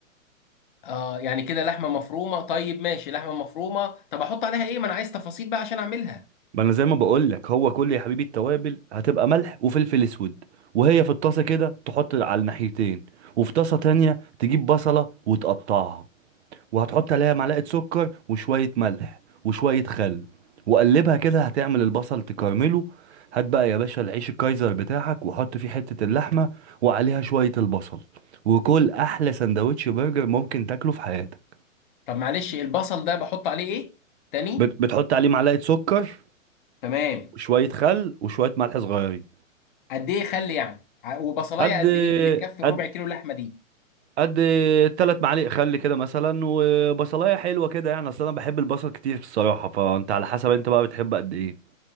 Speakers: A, on the left; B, on the right.
A: اه يعني كده لحمه مفرومه طيب ماشي لحمه مفرومه طب احط عليها ايه ما انا عايز تفاصيل بقى عشان اعملها
B: ما انا زي ما بقول لك هو كل يا حبيبي التوابل هتبقى ملح وفلفل اسود وهي في الطاسه كده تحط على الناحيتين وفي طاسه تانية تجيب بصله وتقطعها وهتحط عليها معلقة سكر وشوية ملح وشوية خل وقلبها كده هتعمل البصل تكرمله هات بقى يا باشا العيش الكايزر بتاعك وحط فيه حتة اللحمة وعليها شوية البصل وكل أحلى سندوتش برجر ممكن تاكله في حياتك
A: طب معلش البصل ده بحط عليه ايه تاني
B: بت- بتحط عليه معلقة سكر
A: تمام
B: وشوية خل وشوية ملح صغيرين
A: قد ايه خلي يعني ع- وبصلايه
B: قد
A: قد ايه اللي تكفي الربع
B: قد
A: كيلو لحمه دي
B: قد تلات معالق خل كده مثلا وبصلايه حلوه كده يعني اصل انا بحب البصل كتير الصراحه فانت على حسب انت بقى بتحب قد ايه